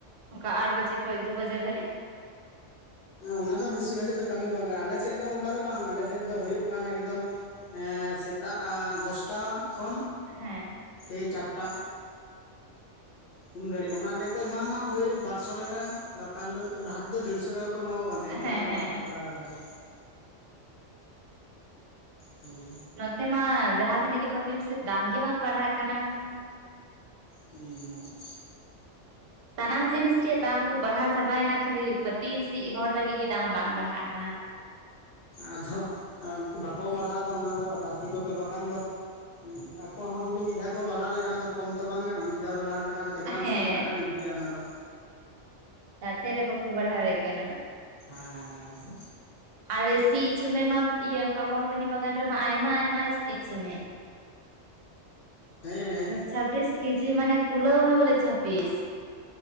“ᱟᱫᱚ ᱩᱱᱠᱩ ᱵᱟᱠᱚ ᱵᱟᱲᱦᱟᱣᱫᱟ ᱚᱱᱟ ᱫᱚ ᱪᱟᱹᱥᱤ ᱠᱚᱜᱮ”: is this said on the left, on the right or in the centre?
Left